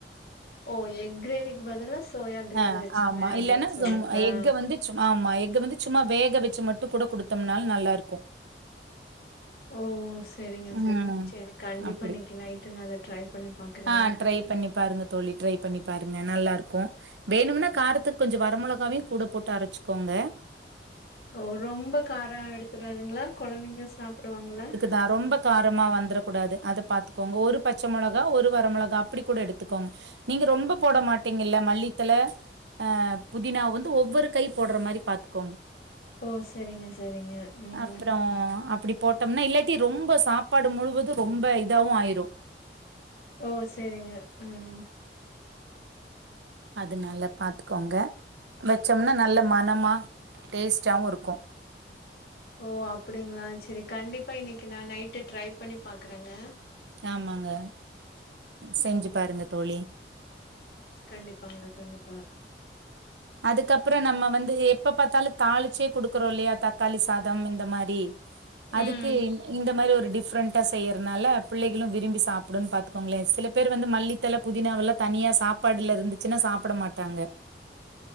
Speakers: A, on the left (about 60°); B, on the right (about 85°).
A: ஓ எக் கிரேவிக்கு பதுல்ல சோயா கிரேவி
B: ஆ
A: வச்சுக்குவே
B: ஆமா
A: அப்டின்னு
B: இல்லன்னா
A: சொல்றீங்களா
B: எக்க வந்து சும் ஆமா எக்கு வந்து சும்மா வேக வச்சு மட்டு கூட குடுத்தோம்னாலு நல்லாருக்கு
A: ஓ சரிங்க
B: ம்
A: சரிங்க சரி கண்டிப்பா
B: அப்டி
A: இன்னைக்கு நைட்டு நா அத ட்ரை பண்ணி பாக்குறேங்க
B: ஆ ட்ரை பண்ணி பாருங்க தோழி ட்ரை பண்ணி பாருங்க நல்லாருக்கு வேணும்னா காரத்துக் கொஞ்சோ வர மொளகாவையும் கூட போட்டு அரச்சுக்கோங்க
A: ஓ ரொம்ப காரோ எடுத்துக்காதுங்களா கொழந்தைங்க சாப்புடுவாங்ளா
B: தா ரொம்ப காரமா வந்துரக் கூடாது அத பாத்துக்கோங்க ஒரு ப ச்ச மொளகா ஒரு வர மொளகா அப்டி கூட எடுத்துக்கோங்க நீங்க ரொம்ப போட மாட்டீங்கல்ல மல்லித்தழ ஆ புதினா வந்து ஒவ்வொரு கை போடுற மாரி பாத்துக்கோங்க
A: ஓ சரிங்க சரிங்க ம்
B: அப்றோ அப்டி போட்டோம்னா இல்லாட்டி ரொம்ப சாப்பாடு முழுவது ரொம்ப இதாவு ஆயிரு
A: ஓ சரிங்க ம்
B: அதுனால பாத்துக்கோங்க வச்சோம்னா நல்ல மனமா டேஸ்ட்டாவு இருக்கு
A: ஓ அப்டிங்களா சரி கண்டிப்பா இன்னைக்கு நா நைட்டு ட்ரை பண்ணி பாக்குறேங்க
B: ஆமாங்க செஞ்சு பாருங்க தோழி
A: கண்டிப்பாங்க கண்டிப்பா
B: அதுக்கப்பறோ நம்ம வந்து எப்ப பாத்தாலு தாளிச்சே குடுக்குறோ இல்லையா தக்காளி சாதம் இந்த மாரி அதுக்கு
A: ம்
B: இந் இந்த மாரி ஒரு டிஃப்ரெண்ட் டா செய்யறதுனால பிள்ளைகளு விரும்பி சாப்புடுன் பாத்துக்கோங்களே சில பேர் வந்து மல்லித்தழ புதினாவுலா தனியா சாப் பாடுல இருந்துச்சுன்னா சாப்ட மாட்டாங்க